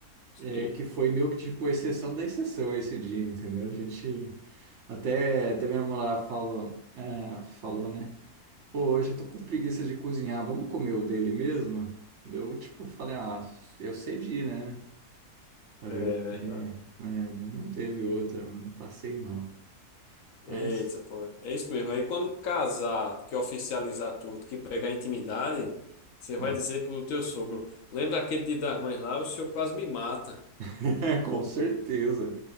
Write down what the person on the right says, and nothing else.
É que foi meio que, tipo, exceção da exceção esse dia, entendeu? A gente... Até, até minha mulher falou, ah, falou, né? Pô, hoje eu tô com preguiça de cozinhar, vamos comer o dele mesmo? Eu, tipo, falei, ah, eu cedi, né? Falei,
ok.
É, né, não teve outra, mano, passei mal. Mas,
ah,
<laughs> com certeza.